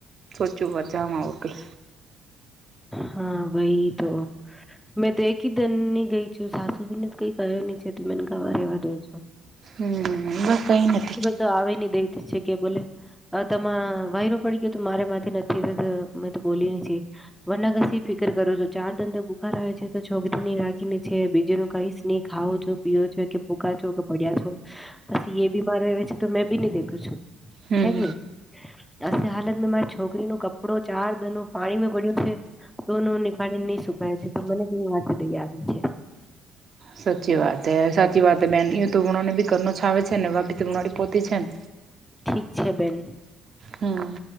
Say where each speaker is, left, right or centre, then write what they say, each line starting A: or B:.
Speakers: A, on the right; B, in the centre.
A: સોચ્યું વજામાં ઓરતી
B: હા ભહી તો મેં તો એક જ ધનની ગઈ છું સાસુજી ને કઈ ક્યો નહી છે તો મેને ગાવા રેવા દો છું
A: હ બ કંઈ નથી
B: તો આવે ન દઈ છે કે બોલે અ તમા વાયરો પડી ગયો તો મારે માથી નથી થતો મેં તો બોલી વનગસી ફિકર કરો છો ચાર ધંધો બુકાર આવે છે તો છોકરીની રાખીને છે બીજ ન કઈ સ્નેહ ખાવો છો પીઓ છેો કે ભૂકાા છો કે પડ્યા છો પછી એ બીમાર હો છે તો મેં બી નહી દેખું છું
A: હમ
B: હેગ નહી અી હાલત મે મારી છોકરી ન કપડો ચાર ધનું પાણી પડ્યું છે તો ન નીાળીને નહી સુકાય છે તો મને કેવી વાત થ આવે છે
A: સાચી વાત એ સાચી વાત બેન તો હુણાને ભી કર છ આવે છે ને ભ ભી હડી પોતી છે ને
B: ઠીક છે બેન
A: હમ